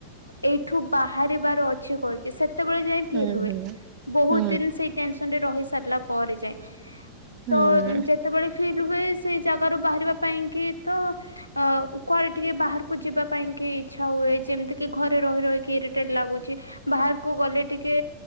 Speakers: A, on the left; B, on the right.
A: ଏଇଠୁ ବାହାରେ ବାର ଅଛି କହିକି ସେ ତେବେଳେ ଯାଇ ଫିଲ
B: ହୁଁ
A: ହୁଏ
B: ହୁଁ
A: ବହୁତ
B: ହୁଁ
A: ଦିନ ସେଇ ଟେନ୍ସନ୍ ରେ ସେରିଲା ପରେ ଜାଇଁ
B: ହୁଁ
A: ତ ଯେତେବେଳେ ଫିଲ୍ ହୁଏ ସେଇ ଜାଗା ରୁ ବାହାରିବା ପାଇଁ କି ତ ଅ କୁଆଡେ ଟିକେ ବାହାରକୁ ଯିବା ପାଇଁ କିି ଇ୍ଛା ହୁଏ ଯେମିତି କି ଘରେ ରହି ରହିକି ଇରିଟେଲ ଲାଗୁଛି। ବାହାରକୁ ଗଲେ ଟିକେ